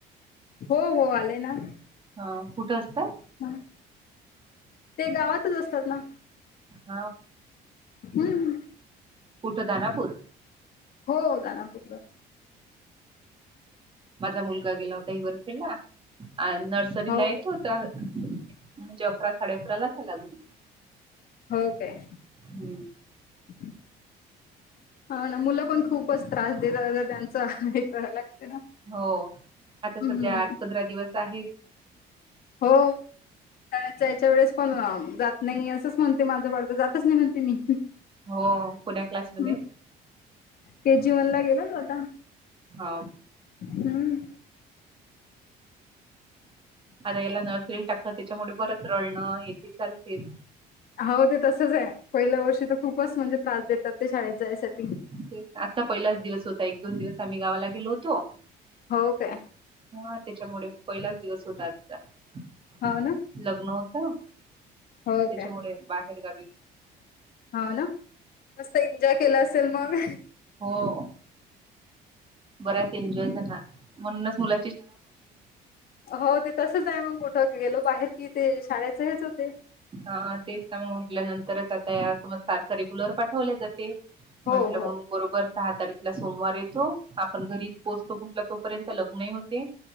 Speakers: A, on the left (about 60°); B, on the right (about 30°).
A: हो हो आले ना
B: हा कुठं असतात.
A: ह ते गावातच असतात ना
B: हा.
A: हम्म
B: कुठं दनापूर.
A: हो दानापूरला.
B: माझा मुलगा गेला होता हिवर खेळला नर्सरीला
A: हो
B: येतो
A: काय
B: होता म्हणजे अकरा साडे अकरा ला आला घरी.
A: हो काय.
B: हमम..
A: <inaudible> हा ना मुलं पण खूपच त्रास देतात त्यांच हे करां लागते ना.
B: हो आता
A: हम्म
B: सध्या आठ पंधरा दिवस. आहेत.
A: होय.. जा जायाच्या वेळेस पण जात नाही असंच म्हणते माझं बाडगं जातच नाही म्हणते मी.
B: हो कोण्या क्लासमध्ये?
A: हम ते जेवायला गेलेत आता.
B: होय.
A: हमम.
B: आता याला नर्सरीला टाकत त्याच्यामुळे बरच रडणं हे ते चालते.
A: हो ते तसच आहे, पहिल्या वर्षी तर खूपच म्हणजे त्रास देतात ते शाळेत जायसाठी.
B: तेच आजचा पहिलाच दिवस होता एक दोन दिवस आम्ही गावाला गेलो होतो
A: हो काय
B: हा त्याच्यामुळे, पहिलाच दिवस होता आजचा
A: हो ना
B: लग्न होत.
A: हो
B: त्याच्यामुळे बाहेर गावी
A: हा ना मस्त एन्जॉय केला असेल मग.
B: हो बराच एन्जॉय झाला म्हनूनच मुल
A: हो ते तसच आहे, मग कुठं गेलो बाहेर कि ते शाळेच हेच होते
B: हा तेचत म म्हंटलं नंत तरच आता या समज सारखं रेग्युलर पाठवल्या जाते म्हटलं
A: हो हो
B: मग बरोबर सहा तारीखला सोमवार येतो, आपण घरी पोहोचतो म्हटलं तोपर्यंत लग्नही होते.